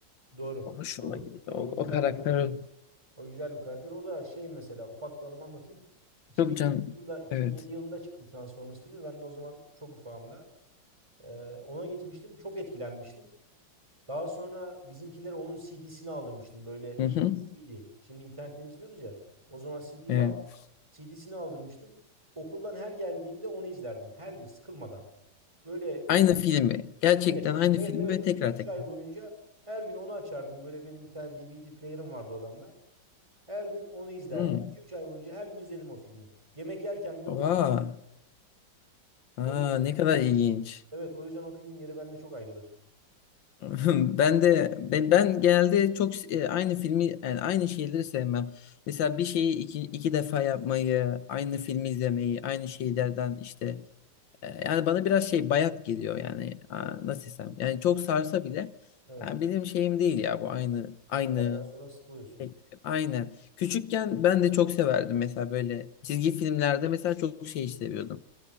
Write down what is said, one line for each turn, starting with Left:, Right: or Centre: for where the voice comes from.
Right: Doğru.
Left: O hoşuma
Right: Doğru.
Left: gidiyor.
Right: Doğru.
Left: O,
Right: O
Left: o
Right: güzel
Left: karakter
Right: bir karakter. O güzel bir karakter. O da şey mesela ufak bir anımı anlatayım. 2007
Left: çok
Right: yılında
Left: can.
Right: 2007
Left: Evet.
Right: yılında çıktı Transformers filmi. Ben de o zaman çok ufağımda. Ee, ona gitmiştim. Çok etkilenmiştim. Daha sonra bizimkilere onun CD'sini aldırmıştım. Böyle
Left: Hı
Right: bildiğin
Left: hı.
Right: CD. Şimdi internetten izliyoruz ya. O zaman CD
Left: Evet.
Right: var. CD'sini aldırmıştım. Okuldan her geldiğimde onu izlerdim. Her gün sıkılmadan. Böyle
Left: Aynı filmi. Gerçekten
Right: Evet,
Left: aynı
Right: evet,
Left: filmi
Right: evet.
Left: ve tekrar
Right: 2-3
Left: tekrar.
Right: ay boyunca her gün onu açardım. Böyle benim bir tane DVD player'ım vardı odamda. Her gün onu izlerdim.
Left: Hmm.
Right: 2 üç ay boyunca her gün izledim o filmi. Yemek yerken bile
Left: Oha.
Right: onu izledim.
Left: Aa,
Right: O,
Left: ne kadar ilginç.
Right: evet, o yüzden o filmin yeri bende çok ayrıdır.
Left: <laughs> Ben de ben, ben genelde çok e, aynı filmi yani aynı şeyleri sevmem. Mesela bir şeyi iki, iki defa yapmayı, aynı filmi izlemeyi, aynı şeylerden işte e, yani bana biraz şey bayat geliyor yani. Aa,
Right: Evet,
Left: nasıl desem? Yani çok sarsa bile
Right: evet.
Left: yani benim şeyim değil ya bu aynı aynı
Right: Bir yerden sonra sıkılıyorsun.
Left: Tek- Aynen. Küçükken ben de çok severdim mesela böyle çizgi filmlerde mesela çok şey seviyordum.